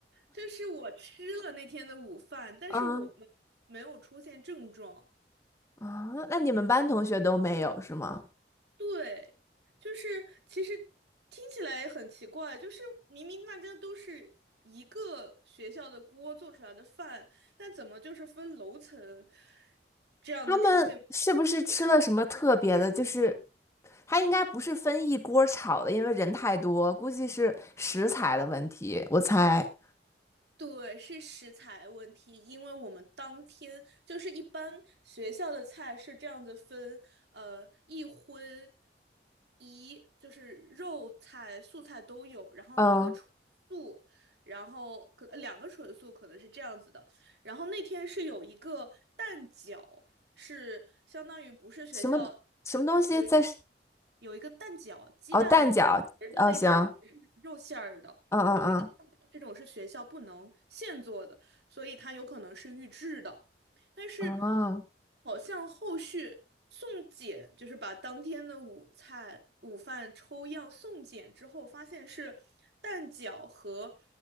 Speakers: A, on the right; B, on the left.
A: 就是我吃了那天的午饭，但是我们没有出现症状。
B: 嗯啊，那你们班同学都没有是吗？
A: 对，就是其实听起来也很奇怪，就是明明大家都是一个学校的锅做出来的饭，但怎么就是分楼层这样子出现？
B: 他们是不是吃了什么特别的？就是他应该不是分一锅儿炒的，因为人太多，估计是食材的问题，我猜。
A: 对，是食材问题，因为我们当天就是一般学校的菜是这样子分，呃，一荤一就是肉菜、素菜都有，然后一个纯素，
B: 嗯。
A: 然后可能两个纯素可能是这样子的。然后那天是有一个蛋饺，是相当于不是学校
B: 什么什么东西在
A: 有一个。有一个蛋饺，鸡蛋
B: 哦蛋饺哦行
A: 仁儿的那种，里面是肉馅儿的。
B: 嗯嗯
A: 有一个蛋饺，这种是学校不能现做的，所以它有可能是预制的。但是
B: 嗯啊
A: 好像后续送检，就是把当天的午餐、午饭抽样送检之后，发现是蛋饺和